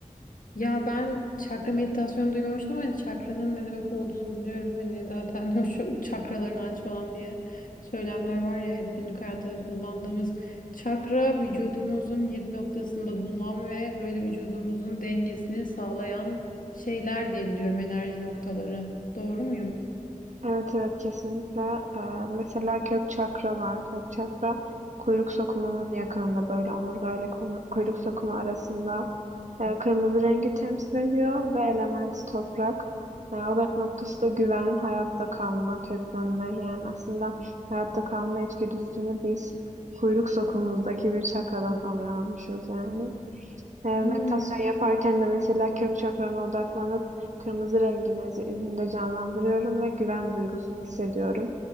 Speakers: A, on the left; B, on the right.
A: Ya ben çakra meditasyonu duymamıştım ama çakranın ne demek olduğunu biliyorum. Hani zaten <laughs> o şu çakralarını aç falan diye söylemler var ya hep günlük hayatta da kullandığımız. Çakra vücudumuzun yedi noktasında bulunan ve böyle vücudumuzun dengesini sağlayan şeyler diye biliyorum enerji noktaları. Doğru muyum?
B: Evet evet kesinlikle. Ee, mesela kök çakra var. Kök çakra kuyruk sokumunun
A: Hı.
B: yakınında böyle omurgayla konu- kuyruk sokumu arasında Ee, kırmızı rengi temsil ediyor ve element toprak. Ee, odak noktası da güven, hayatta kalma, köklenme. Yani aslında hayatta kalma içgüdüsünü biz kuyruk sokumuzdaki bir çakradan alıyormuşuz yani. E,
A: Hmm,
B: meditasyon yaparken de mesela kök çakrana odaklanıp kırmızı rengini zihnimde canlandırıyorum ve güven duygusunu hissediyorum.